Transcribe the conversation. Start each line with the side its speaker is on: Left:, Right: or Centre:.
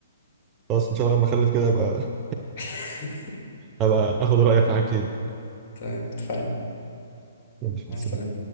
Right: خلاص ان شاء الله لما اخلف كده ابقى
Left: <laughs>
Right: ابقى اخد رايك في حاجات كتير
Left: تمام اتفقنا
Right: ماشي،
Left: مع السلامة